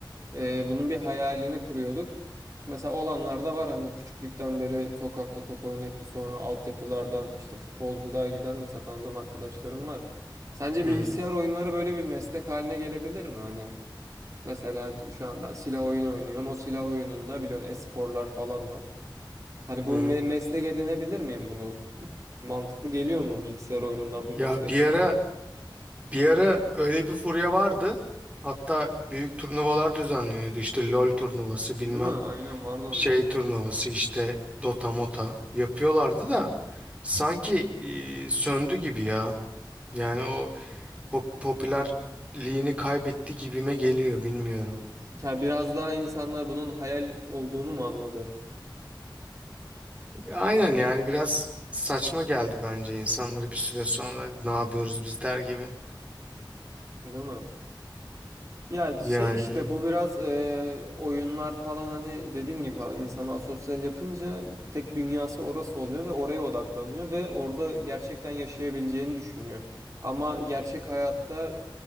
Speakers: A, on the right (about 40°); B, on the right (about 15°).
A: e, bunun bir hayalini kuruyorduk. Şimdi mesela olanlar da var hani küçüklükten beri sokakta top oynayıp da sonra altyapılardan işte futbolculuğa giden mesela tanıdığım arkadaşlarım var. Sence
B: Hı
A: bilgisayar
B: hı.
A: oyunları böyle bir meslek haline gelebilir mi? Hani Mesela şu an ben silah oyunu oynuyorum. O silah oyununda biliyorsun e-sporlar falan var. Hani bu
B: Hı hı.
A: me- meslek edinebilir miyim bunu? Mantıklı geliyor mu bilgisayar oyunundan
B: Ya
A: bir meslek
B: bir
A: sağlamak?
B: ara bir ara öyle bir furya vardı. Hatta büyük turnuvalar düzenleniyordu. İşte LoL turnuvası, bilmem
A: Değil mi? Aynen vardı onlar.
B: şey turnuvası işte Dota Mota yapıyorlardı da sanki e, söndü gibi ya. Yani o pop popülerliğini kaybetti gibime geliyor bilmiyorum.
A: Ya biraz daha insanlar bunun hayal olduğunu mu anladı?
B: Aynen yani biraz saçma geldi bence insanları bir süre sonra ne yapıyoruz biz der gibi.
A: Değil mi? Ya
B: Yani
A: şey işte
B: evet.
A: bu biraz e, oyunlar falan hani dediğim gibi ha- insanı asosyal yapınca tek dünyası orası oluyor ve oraya odaklanıyor ve orada gerçekten yaşayabileceğini düşünüyor. Ama gerçek hayatta